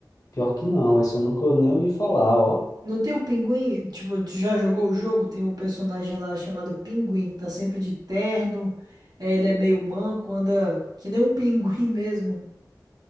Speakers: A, on the left; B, on the right.
A: pior que não, esse eu nunca nem ouvi falar, ó.
B: Não tem o pinguim? Tipo, tu já jogou o jogo? Tem um personagem lá chamado Pinguim, que tá sempre de terno. É, ele é meio manco, anda que nem um <laughs> pinguim mesmo.